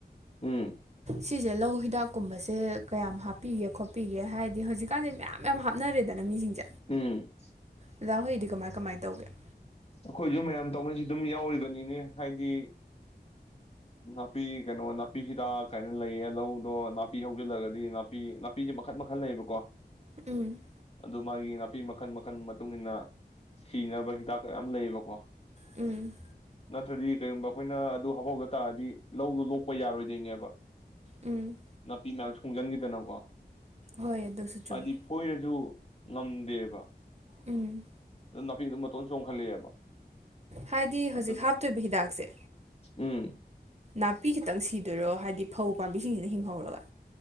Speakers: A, on the left; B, on the right.
A: ꯎꯝ
B: ꯁꯤꯁꯦ ꯂꯧ ꯍꯤꯗꯥꯛꯀꯨꯝꯕꯁꯦ ꯀꯌꯥꯝ ꯍꯥꯞꯄꯤꯒꯦ ꯈꯣꯠꯄꯤꯒꯦ ꯍꯥꯏꯗꯤ ꯍꯧꯖꯤꯛꯀꯥꯟꯁꯦ ꯃꯌꯥꯝ ꯃꯌꯥꯝ ꯍꯥꯞꯅꯔꯦꯗꯅ ꯃꯤꯁꯤꯡꯁꯦ
A: ꯎꯝ
B: ꯗꯥꯗ ꯍꯣꯏꯒꯤꯗꯤ ꯀꯃꯥꯏ ꯀꯃꯥꯏ ꯇꯧꯒꯦ
A: ꯑꯩꯈꯣꯏꯁꯨ ꯃꯌꯥꯝ ꯇꯧꯅꯩꯁꯤ ꯑꯗꯨꯝ ꯌꯥꯎꯔꯤꯕꯅꯤꯅꯦ ꯍꯥꯏꯗꯤ ꯅꯥꯄꯤ ꯀꯩꯅꯣ ꯅꯥꯄꯤ ꯍꯤꯗꯥꯛ ꯀꯥꯏꯅ ꯂꯩꯌꯦ ꯂꯧꯗꯣ ꯅꯥꯄꯤ ꯍꯧꯖꯤꯜꯂꯒꯗꯤ ꯅꯥꯄꯤ ꯅꯥꯄꯤꯁꯦ ꯃꯈꯟ ꯃꯈꯟ ꯂꯩꯌꯦꯕꯀꯣ
B: ꯎꯝ
A: ꯑꯗꯨ ꯃꯥꯒꯤ ꯅꯥꯄꯤ ꯃꯈꯜ ꯃꯈꯜ ꯃꯇꯨꯡ ꯃꯇꯨꯡꯏꯟꯅ ꯁꯤꯅꯕ ꯍꯤꯗꯥꯛꯌꯥꯝ ꯂꯩꯌꯦꯕꯀꯣ
B: ꯎꯝ
A: ꯅꯠꯇꯔꯗꯤ ꯀꯩꯒꯨꯝꯕ ꯑꯩꯈꯣꯏꯅ ꯑꯗꯨ ꯍꯥꯐꯥꯎꯗ ꯇꯥꯔꯗꯤ ꯂꯧꯗꯣ ꯂꯣꯛꯄ ꯌꯥꯔꯣꯏꯗꯣꯏꯅꯦꯕ
B: ꯎꯝ
A: ꯅꯄꯤꯅ ꯈꯣꯡꯖꯟꯒꯤꯗꯅꯀꯣ
B: ꯍꯣꯏ ꯑꯗꯨꯁꯨ ꯆꯨꯝꯃꯤ
A: ꯍꯥꯏꯗꯤ ꯐꯣꯏꯔꯖꯨ ꯉꯝꯗꯦꯕ
B: ꯎꯝ
A: ꯑꯗꯨ ꯅꯥꯄꯤꯗꯨꯝ ꯃꯇꯣꯟ ꯆꯣꯡꯈꯠꯂꯛꯑꯦꯕ
B: ꯍꯥꯏꯗꯤ
A: ꯑꯗꯨꯅ
B: ꯍꯧꯖꯤꯛ ꯍꯥꯞꯇꯣꯏꯕ ꯍꯤꯗꯥꯛꯁꯦ
A: ꯎꯝ
B: ꯅꯥꯄꯤ ꯈꯤꯇꯪ ꯁꯤꯗꯣꯏꯔꯣ ꯍꯥꯏꯗꯤ ꯐꯧ ꯄꯥꯝꯕꯤꯁꯤꯡꯁꯤꯅ ꯍꯤꯡꯍꯧꯔꯒ